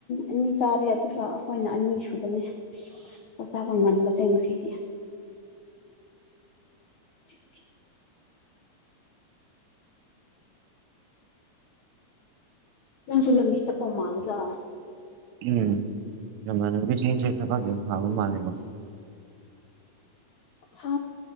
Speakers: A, on the left; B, on the right.
A: ꯑꯅꯤ ꯆꯥꯔꯦ ꯑꯗꯨꯒ ꯑꯩꯈꯣꯏꯅ ꯑꯅꯤ ꯁꯨꯕꯅꯦ ꯆꯥꯛ ꯆꯥꯕ ꯉꯟꯕꯁꯦ ꯉꯁꯤꯗꯤ <inaudible> ꯅꯪꯁꯨ ꯂꯝꯕꯤ ꯆꯠꯄ ꯃꯥꯜꯂꯤꯗ
B: ꯎꯝ ꯅꯃꯥꯟꯅꯕꯤꯁꯤꯡꯁꯦ ꯊꯥꯕꯛ ꯌꯥꯝ ꯐꯥꯕ ꯃꯥꯜꯂꯦꯀꯣ
A: ꯍꯥ